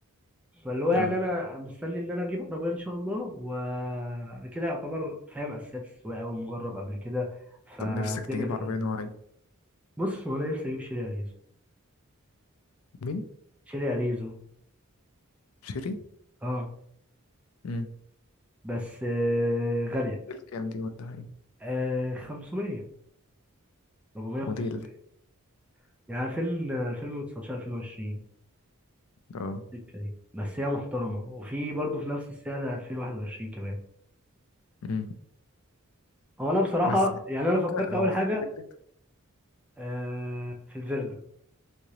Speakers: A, in the centre; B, on the left.
A: فاللي هو يعني
B: اه
A: انا مستني ان انا اجيب عربيه ان شاء الله وانا كده يعتبر فاهم اساسيات السواقه ومجرب قبل كده فالدنيا
B: طب نفسك تجيب
A: تبقى
B: عربية
A: سهله
B: نوع ايه؟
A: بص هو انا نفسي اجيب شيري اريزو
B: مين؟
A: شيري اريزو
B: شيري؟
A: اه
B: امم
A: بس آه غاليه
B: موديل كام دي ولا ايه؟
A: آه 500 400
B: موديل
A: 500 يعني 2000 2019 2020
B: اه
A: السكه دي بس هي محترمه وفي برضه في نفس السعر 2021 كمان
B: امم
A: هو انا بصراحه
B: بس
A: يعني
B: هو
A: انا
B: انت
A: فكرت
B: هو
A: اول حاجه
B: فكرة
A: آه في الفيرنا